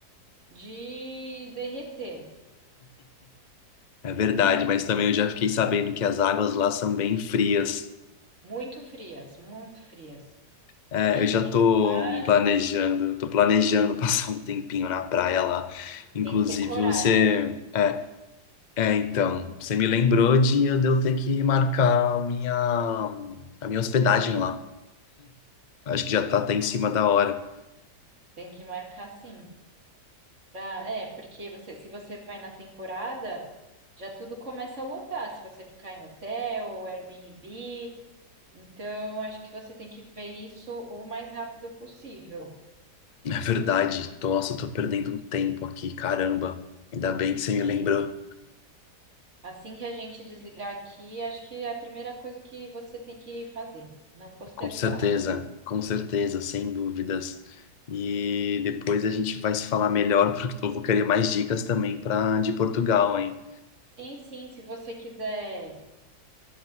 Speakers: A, on the right; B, on the left.
A: de derreter.
B: É verdade,
A: <laughs>
B: mas também eu já fiquei sabendo que as águas lá são bem frias.
A: Muito frias, muito frias.
B: É,
A: Para entrar
B: eu já tô
A: no mar,
B: planejando, tô planejando <laughs> passar um tempinho na praia lá. Inclusive,
A: tem que ter coragem.
B: você. É, é, então, você me lembrou de eu de eu ter que marcar a minha, a minha hospedagem lá. Acho que já tá até em cima da hora.
A: Tem que marcar sim. Pra, é, porque você, se você vai na temporada, já tudo começa a lotar. Se você ficar em hotel, Airbnb. Então, acho que você tem que ver isso o mais rápido possível.
B: É verdade, nossa, eu tô perdendo um tempo aqui, caramba. Ainda bem que você me
A: É.
B: lembrou.
A: Assim que a gente desligar aqui, acho que é a primeira coisa que você tem que fazer, não postergar.
B: Com certeza, com certeza, sem dúvidas. E depois a gente vai se falar melhor, <laughs> porque eu vou querer mais dicas também para de Portugal, hein?
A: Sim, sim, se você quiser